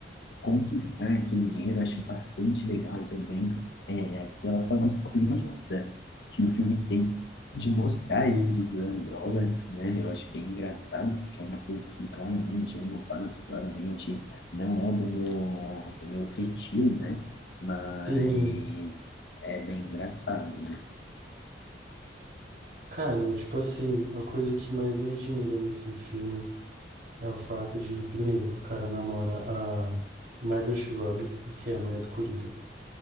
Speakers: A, on the left; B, on the right.
A: conquistar aquele dinheiro, eu acho bastante legal também, é aquela forma explícita que o filme tem de mostrar eles usando droga, né? Eu acho bem engraçado, porque é uma coisa que claramente eu não faço, claramente não é do meu, do meu feitio, né? Mas
B: Sim,
A: é bem engraçado, né?
B: cara, tipo assim, a coisa que mais me admira nesse filme. É o fato de, primeiro, o cara namora a Margot Robbie, que é a mulher do Coringa,